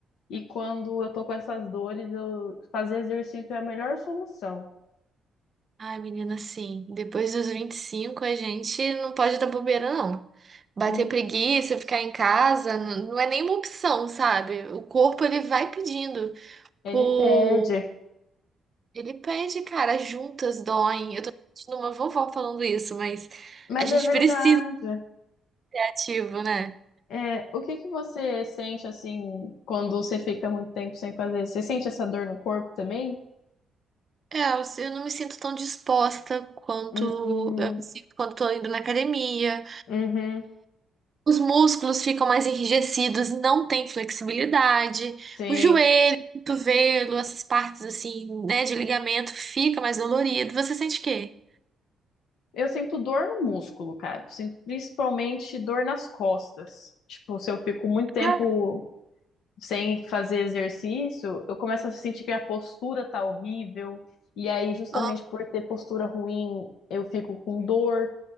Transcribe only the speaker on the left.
E quando eu tô com essas dores, eu fazer exercício é a melhor solução.
Hum,
Ele
perde.
Mas
é verdade.
É, o que que você sente assim quando você fica muito tempo sem fazer? Você sente essa dor no corpo também?
Hum,
uhum,
Sim.
Eu sinto dor no músculo, cara. Eu Sinto principalmente dor nas costas. Tipo, se eu fico muito tempo
sem fazer exercício, eu começo a sentir que a postura tá horrível. E aí, justamente
por ter postura ruim, eu fico com dor,